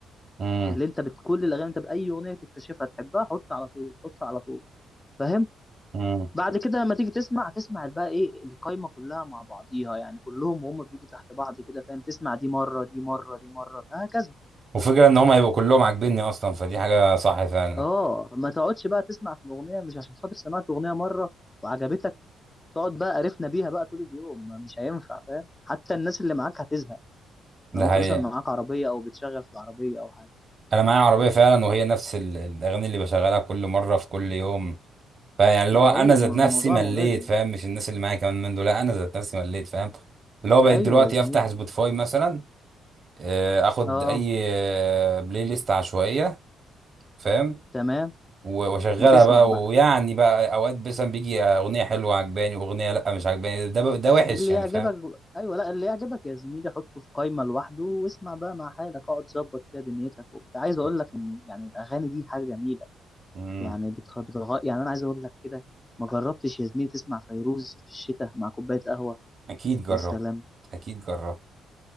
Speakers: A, on the right (about 45°); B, on the left (about 20°).
A: امم
B: اللي أنت بت... كل الأغاني أنت بأي أغنية تكتشفها تحبها حط على طول حط على طول فاهم
A: امم
B: بعد كده لما تيجي تسمع هتسمع بقى إيه القائمة كلها مع بعضيها يعني كلهم وهم بيجوا تحت بعض كده فاهم تسمع دي مرة دي مرة دي مرة هكذا
A: وفكره ان هم هيبقوا كلهم عاجبيني اصلا فدي حاجه صح فعلا
B: أه ما تقعدش بقى تسمع في الأغنية مش عشان خاطر سمعت أغنية مرة وعجبتك تقعد بقى قرفنا بيها بقى طول اليوم ما- مش هينفع فاهم حتى الناس اللي معاك هتزهق لو
A: ده
B: أنت
A: حقيقي
B: مثلا معاك عربية أو بتشغل في العربية أو حاجة
A: انا معايا عربيه فعلا وهي نفس ال- الاغاني اللي بشغلها كل مره في كل يوم فيعني اللي
B: ما
A: هو
B: هقول
A: انا
B: لك
A: ذات
B: ما
A: نفسي
B: هو الموضوع
A: مليت
B: ممل
A: فاهم مش الناس اللي معايا كمان من دول لا انا ذات نفسي مليت فاهم اللي هو بقيت
B: ايوه
A: دلوقتي
B: يا زميلي
A: افتح سبوتيفاي مثلا آه، اخد
B: اه
A: اي آه، بلاي ليست عشوائيه فاهم
B: تمام
A: و- واشغلها
B: وتسمع
A: بقى
B: بقى
A: ويعني بقى اوقات مثلا بيجي اغنيه حلوه عجباني واغنيه لا مش عجباني ده ده وحش
B: اللي
A: يعني
B: يعجبك
A: فاهم
B: ايوه لا اللي يعجبك يا زميلي حطه في قائمه لوحده واسمع بقى مع حالك اقعد ظبط فيها دنيتك وبتاع عايز اقول
A: <laughs>
B: لك ان يعني الاغاني دي حاجه جميله
A: امم
B: يعني بتغ... بتغ... يعني انا عايز اقول لك كده ما جربتش يا زميلي تسمع فيروز في الشتاء مع كوبايه قهوه
A: اكيد جربت
B: يا سلام
A: اكيد جربت